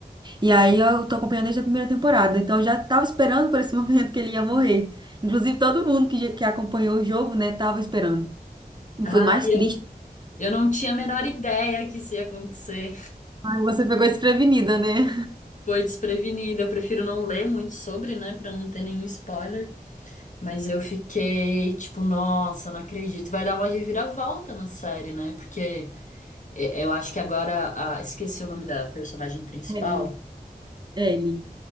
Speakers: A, on the right (about 30°); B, on the left (about 50°).
A: E aí eu tô acompanhando desde a primeira temporada, então eu já tava esperando por esse <laughs> momento que ele ia morrer. Inclusive todo mundo que, que acompanhou o jogo, né, tava esperando. E
B: Ah,
A: foi mais triste,
B: Eu não tinha a menor ideia que isso ia acontecer.
A: mas você ficou desprevenida, né?
B: Foi desprevenida. Eu prefiro não ler muito sobre, né, Pra não ter nenhum spoiler. Mas eu fiquei tipo, nossa, não acredito. Vai dar uma reviravolta na série, né? Porque é, eu acho que agora, a- esqueci o nome da personagem principal.
A: Ele. Ele.